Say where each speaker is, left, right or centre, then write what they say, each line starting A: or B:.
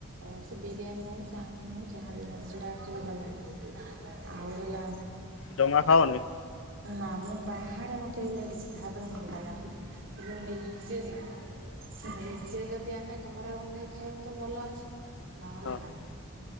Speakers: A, on the right; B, on the left.
A: ଓ ସେ ବିରିୟାନୀ ହଉ ଚାଉମିିନ ହଉ ଯାହାବି ହଉ ମୋତେ ସେଟା ସେଇଯୋଗୁଁ ଭଲ ଲାଗେନା। ଆଉ ହେଲା
B: ଜମା ଖାଅନି?
A: ନା ମୁଁ ବାହାରେ ମତେ ଏଗୁଡା କିଛି ଯାହାବି ହେଲେ ଭଲ ଲାଗେନା। କିନ୍ତୁ ନିଜେ ଯେଦି ନିଜେ ଯଦି ଆମେ ଘରେ ବନେଇ ଖାଇମୁ ତ ଭଲ ଅଛି। ନହେଲେ
B: ହଁ ହଁ।
A: ନାହିଁ।